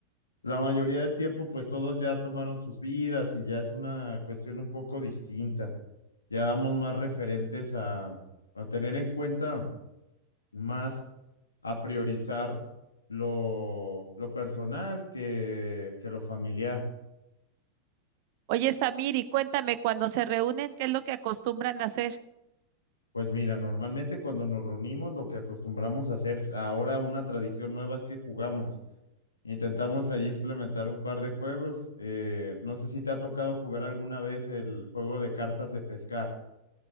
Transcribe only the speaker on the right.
Oye, Samir, y cuéntame, cuando se reúnen, ¿qué es lo que acostumbran a hacer?